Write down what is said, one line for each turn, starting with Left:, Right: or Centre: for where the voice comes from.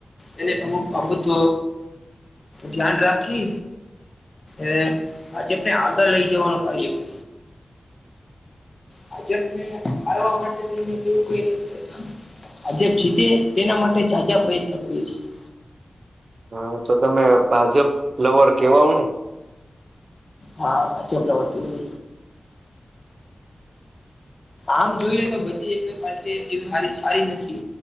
Left: એને અમુક
Right: હમ
Left: પ્રભુત્વ ધ્યાન રાખી અ ભાજપ ને આગળ લઈ જવાનું કાર્ય હ ભાજપને હારવા માટે તોવું કોઈ નથી કરતા <unintelligible> <inaudible> ભાજપ જીતે તેના માટે ઝાઝા પ્રયત્ન કરીએ છીએ.
Right: હા તો તમે ભાજપ લવર કેવાવ ને
Left: હા હ ચોપલા વતી આમ જોઈએ તો બધી એકેય પાર્ટી એવી <unintelligible> સારી નથી